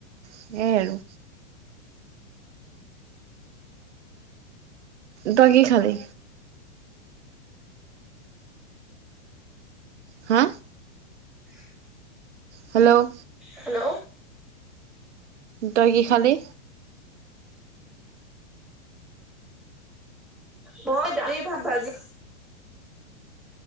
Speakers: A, on the right; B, in the centre.
A: সেইয়াই আৰু। তই কি খালি। হা।
B: <unintelligible>
A: Hello
B: hello.
A: তই, কি খালি।
B: মই দালি, ভাত, ভাজি।